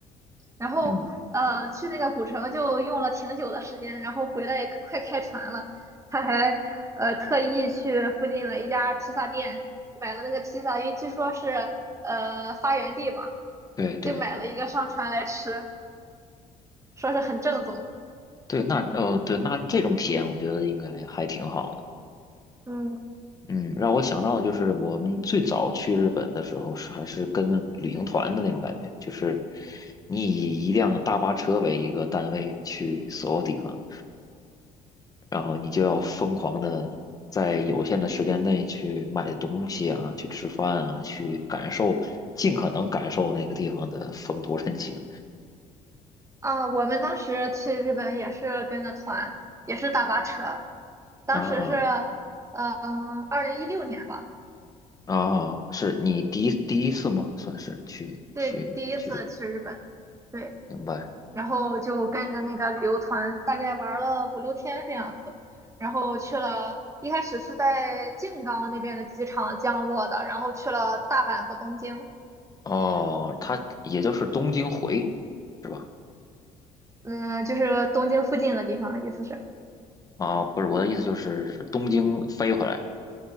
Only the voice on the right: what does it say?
然后呃去那个古城就用了挺久的时间，
然后回来也快开船了，他还呃特意去附近的一家披萨店买了那个披萨，因为据说是呃发源地嘛，
就买了一个上船来吃，说是很正宗。
嗯
啊，我们当时去日本也是跟着团，也是大巴车。当时是，
嗯、二零一六年吧，
对，第一次去日本，对，
然后就跟着那个旅游团，大概玩了五六天这样子，然后去了，一开始是在静冈那边的机场降落的，然后去了大阪和东京，
嗯，就是东京附近的地方，意思是，